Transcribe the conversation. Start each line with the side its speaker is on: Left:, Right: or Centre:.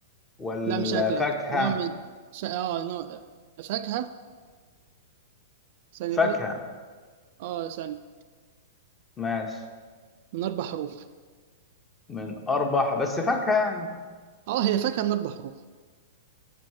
Left: ولا
Right: لا مش أكلة
Left: فاكهة
Right: نوع من ش... اه نوع فاكهة ثانية
Left: فاكهة
Right: كده اه ثانية
Left: ماشي
Right: من أربع حروف
Left: من أربح بس فاكهة يعني
Right: اه هي فاكهة من أربع حروف